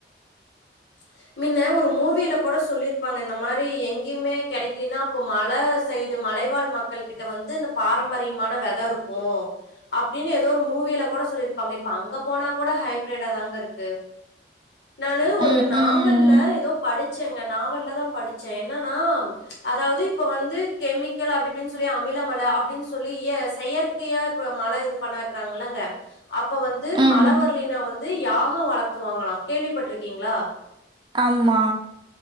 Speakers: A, on the left (about 75°); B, on the right (about 25°).
A: <inaudible> மின்ன ஒரு மூவில கூட சொல்லிருப்பாங்க இந்த மாரி எங்கயுமே கெடைக்கனா அப்ப மல சைடு மலைவாழ் மக் கள்கிட்ட வந்து இந்த பாரம்பரியமான வெத இருக்கூ அப்டின்னு ஏதோ ஒரு மூவில கூட சொல்லிருப்பாங்க இப்ப அங்க போனா கூட ஹைப்ரேட்டா தாங்க இருக்கு நானு ஒரு
B: ம்
A: நாவல்ல
B: ம்
A: ஏதோ படி ச்சேங்க நாவல்ல தா படிச்சே என்னன்னா அதாவ்து இப்ப வந்து கெமி கல் அப்டி இப்டின் சொல்லி அமில மழ அப்டின்னு சொல்லி ய செயற்கையா இப்ப மழ இது பண்ண வக்குறாங்க இல்லங்க அப்ப வந்து
B: ம்
A: மழ வர்லின்னா வந்து யாகொ வளத்துவாங்களா கேள்விப்பட்ருக்கீங்களா
B: ஆம்மா